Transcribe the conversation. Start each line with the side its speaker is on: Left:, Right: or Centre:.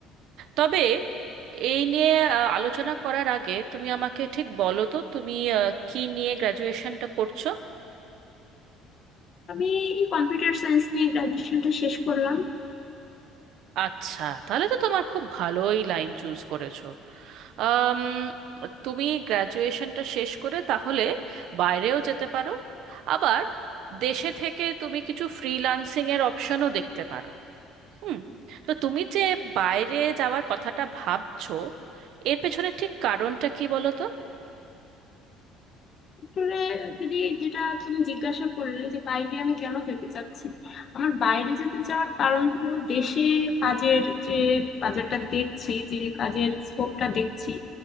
Right: তবে এই নিয়ে আহ, আলোচনা করার আগে তুমি আমাকে ঠিক বলো তো তুমি আহ, কি নিয়ে গ্র্যাজুয়েশনটা করছো
Left: আমি কম্পিউটার সায়েন্স নিয়ে গ্রাজুয়েশনটা শেষ করলাম
Right: আচ্ছা তাহলে তো তোমার খুব ভালোই লাইন চুজ করেছো আম, তুমি গ্র্যাজুয়েশনটা শেষ করে তাহলে বাইরেও যেতে পারো আবার দেশে থেকে তুমি কিছু ফ্রিল্যান্সিং এর অপশনও দেখতে পারো হুম তো তুমি যে বাইরে যাওয়ার কথাটা ভাবছো এর পেছনে ঠিক কারণটা কি বলো তো
Left: আসলে দিদি যেটা তুমি জিজ্ঞাসা করলে যে বাইরে আমি কেন যেতে চাচ্ছি আমার বাইরে যেতে চাওয়ার কারণ হলো দেশে কাজের যে বাজারটা দেখছি যে কাজের স্কোপটা দেখছি